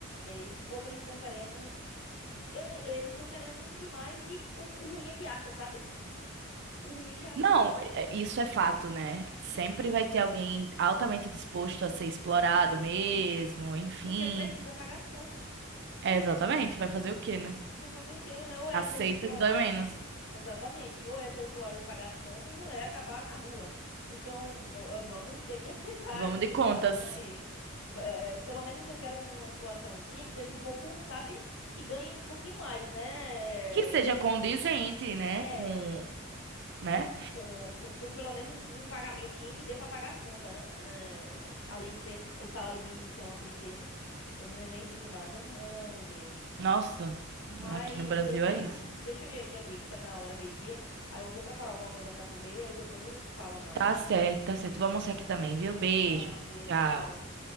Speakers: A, on the left; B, on the right.
A: esse povo eles estão querendo, eu- eles estão querendo demais e o, o ruim é que acha, sabe? O ruim é que acha,
B: Não, é- é- isso é fato, né? Sempre vai ter alguém altamente disposto a ser explorado mesmo,
A: Uhum.
B: enfim.
A: porque precisa pagar as contas.
B: É, exatamente. Vai fazer o quê, né?
A: Vai fazer o quê? É, Ou é
B: Aceita
A: ser explorado.
B: que dói menos.
A: Exatamente. Ou é ser explorado e pagar as contas, ou é acabar na rua. Então, v- eh, vamos ter que <laughs> aceitar
B: Vamos
A: essa
B: de
A: exploração
B: contas.
A: aí. V- eh, pelo menos eu quero uma exploraçãozinha que seja um pouco, sabe? Que ganhe um pouquinho mais, né?
B: Que seja
A: É.
B: condizente, né?
A: é,
B: Com. né?
A: é, Com, com, com pelo menos um pagamentinho que dê pra pagar as contas, né? Eh, Além de ser o salário mínimo, que é uma tristeza. Que eu ne- nem digo nada. Ah, meu Deus.
B: Nossa,
A: Mas
B: aqui no Brasil
A: deixa,
B: é isso.
A: deixa eu ir aqui, amiga, que tá na hora meio-dia. Aí eu vou preparar alguma coisa pra comer e aí depois a gente fala mais.
B: Tá certo, tá certo. Vou almoçar aqui também, viu? Beijo.
A: Uma vez,
B: Tchau.
A: tchau.